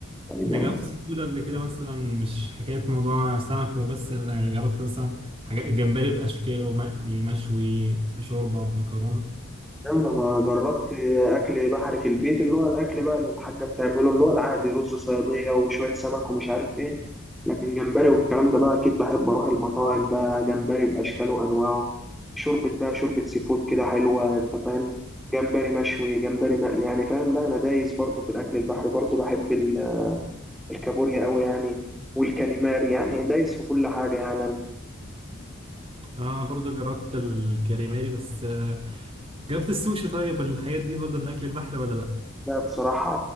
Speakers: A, in the centre; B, on the right.
A: طيب
B: أنت
A: يعني
B: جربت سي فود قبل كده مثلا مش حكاية موضوع سمك وبس يعني جربت مثلا حاجات جمبري بأشكاله مقلي مشوي بشوربة بمكرونة
A: يلا ما جربت اكل بحري في البيت اللي هو الاكل بقى اللي الحاجه بتعمله اللي هو العادي رز صياديه وشويه سمك ومش عارف ايه لكن جمبري والكلام ده بقى اكيد بحب اروح المطاعم بقى جمبري باشكاله وانواعه شوربه بقى شوربه سي فود كده حلوه انت فاهم جمبري مشوي جمبري مقلي يعني فاهم لا انا دايس برضو في الاكل البحري برضو بحب ال- الكابوريا قوي يعني والكاليماري يعني دايس في كل حاجه يعني
B: آه، أنا برضو جربت الكريماري بس آه، جربت السوشي طيب الحاجات دي برضو في الأكل البحري ولا لأ؟
A: لا بصراحة